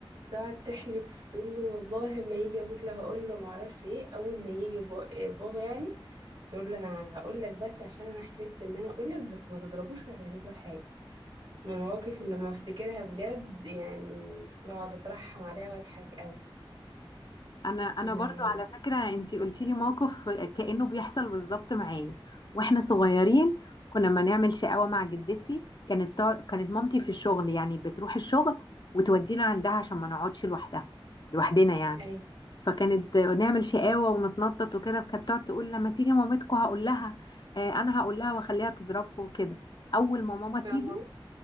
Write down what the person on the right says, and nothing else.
تقعد تحلف تقول له والله ما يجي ابوك لا هقول له ما اعرفش ايه اول ما يجي با- آه، بابا يعني تقول له انا هقول لك بس عشان انا حلفت ان انا اقول لك بس ما تضربوش ولا تعمل له حاجة من المواقف اللي لما افتكرها بجد يعني بقعد اترحم عليها واضحك قوي
و
اي
آه،